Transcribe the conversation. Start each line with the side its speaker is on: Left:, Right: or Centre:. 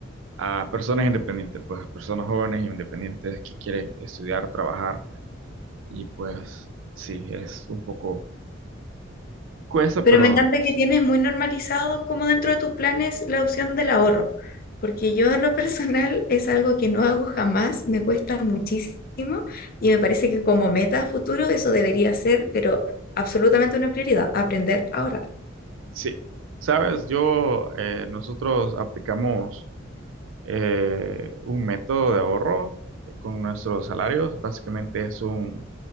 Right: a personas independientes, pues a personas jóvenes independientes que quieren estudiar, trabajar y pues sí, es un poco cuesta,
Left: Pero
Right: pero
Left: me encanta que tienes muy normalizado como dentro de tus planes la opción del ahorro, porque yo en lo personal es algo que no hago jamás, me cuesta muchísimo y me parece que como meta a futuro eso debería ser, pero absolutamente una prioridad, aprender a ahorrar.
Right: sí, sabes, yo, eh, nosotros aplicamos eh, un método de ahorro eh, con nuestros salarios. Básicamente es un